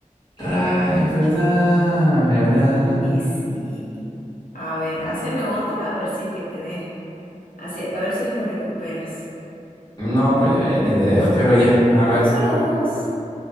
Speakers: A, on the left; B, on the left.
A: Rayos, ¿verdad? ¿Verdad?
B: Sí, sí. A ver,
A: Ah,
B: haceme otra, a ver si es que tenés, así- a ver si es que recuperas.
A: No, pues ya, ya ni idea. <laughs> Pero ya, a ver.
B: Son solo dos.